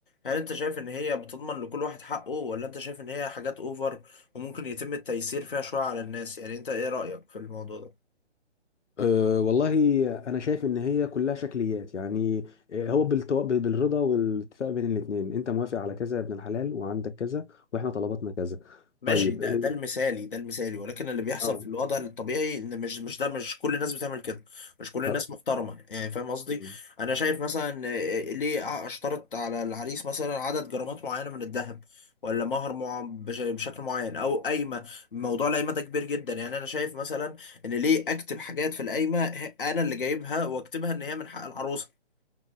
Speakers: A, on the left; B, on the left.
A: هل انت شايف ان هي بتضمن لكل واحد حقه ولا انت شايف ان هي حاجات اوفر وممكن يتم التيسير فيها شويه على الناس يعني انت ايه رايك في الموضوع ده
B: أه والله أنا شايف إن هي كلها شكليات يعني آه، هو بالتوا... بالرضا والاتفاق بين الاتنين أنت موافق على كذا يا ابن الحلال وعندك كذا وإحنا طلباتنا كذا
A: ماشي
B: طيب
A: ده
B: أه
A: ده المثالي ده المثالي ولكن اللي بيحصل
B: آه،
A: في الوضع الطبيعي ان مش مش ده مش كل الناس بتعمل كده مش كل
B: طب
A: الناس محترمه يعني فاهم قصدي
B: مم،
A: انا شايف مثلا آه، ليه اشترط على العريس مثلا عدد جرامات معينه من الذهب ولا مهر مع بش- بشكل معين او قايمه موضوع القايمه ده كبير جدا يعني انا شايف مثلا ان ليه اكتب حاجات في القايمه ه- انا اللي جايبها واكتبها ان هي من حق العروسه